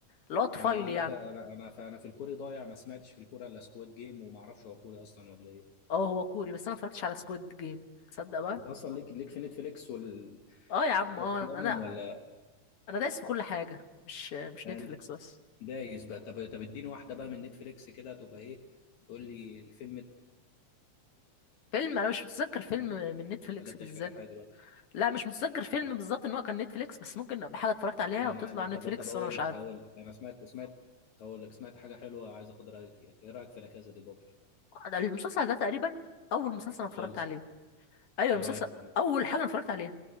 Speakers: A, on the left (about 55°); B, on the left (about 75°).
A: اللي هو طفيلي
B: انا انا
A: يعني
B: في انا انا في انا في الكوري ضايع ما سمعتش في الكوري الا سكواد جيم وما اعرفش هو كوري اصلا ولا ايه
A: اه هو كوري بس انا ما اتفرجتش على سكويد جيم تصدق بقى
B: انت اصلا ليك ليك في نتفليكس وال-
A: اه يا عم اه
B: وافلامهم
A: انا
B: ولا
A: انا دايس في كل حاجه مش مش
B: يعني
A: نتفليكس بس
B: دايس بقى طب طب اديني واحده بقى من نتفليكس كده تبقى ايه تقول لي الفيلم ده
A: فيلم انا مش متذكر فيلم من نتفليكس
B: ولا انت
A: بالذات
B: مش فاكر حاجه دلوقتي
A: لا مش متذكر فيلم بالظبط ان هو كان نتفليكس بس ممكن ابقى حاجه اتفرجت عليها
B: يعني
A: وتطلع على
B: طب
A: نتفليكس
B: طب اقول
A: وانا مش
B: لك
A: عارف
B: اقول لك انا سمعت سمعت اقول لك سمعت حاجه حلوه عايز اخد رايك فيها ايه رايك في لا كازا دي بابل
A: المسلسل ده تقريبا اول مسلسل انا اتفرجت
B: مسلسل
A: عليه ايوه
B: ايه
A: المسلسل
B: رايك فيه
A: اول حاجه انا اتفرجت عليها